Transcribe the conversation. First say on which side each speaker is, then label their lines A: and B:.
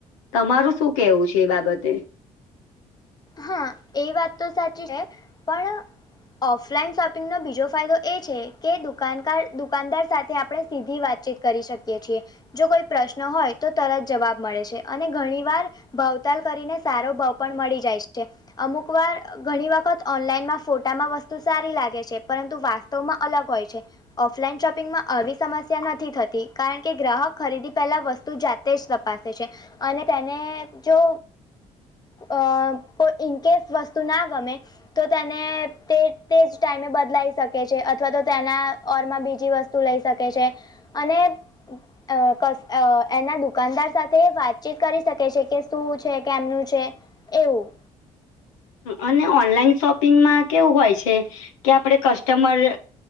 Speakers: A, on the left; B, on the left.
A: તમારું શું કેવું છે એ બાબતે
B: હા એ વાત તો સાચી છે પણ ઓફલાઈન શોપિંગ નો બીજો ફાયદો એ છે કે દુકાનદાર દુકાનદાર સાથે આપડે સીધી વાતચીત કરી શકીએ છીએ જો કોઈ પ્રશ્ન હોય તો તરત જવાબ મળે છે અને ઘણી વાર ભાવતાલ કરીને સારો ભાવ પણ મળી જાય છે અમુક વાર ઘણી વખત ઓનલાઈનમાં ફોટામાં વસ્તુ સારી લાગે છે પરંતુ વાસ્તવમાં અલગ હોય છે ઓફલાઈન શોપિંગમાં આવી સમસ્યા નથી થતી કારણ કે ગ્રાહક ખરીદી પહેલા વસ્તુ જા તે જ તપાસે છે અને તેને જો અ કોઈ ઇનકેસ વસ્તુ ના ગમે તો તેને તે તે જ ટાઈમે બદલાઈ શકે છે અથવા તો તેના ઓર માં બીજી વસ્તુ લઈ શકે છે અને અ કસ એના દુકાનદાર સાથે વાતચીત કરી શકે છે કે શું છે કેમનું છે
A: <inaudible>
B: એવું
A: અને ઓનલાઈન શોપિંગમાં કેવું હોય છે કે આપડે કસ્ટમર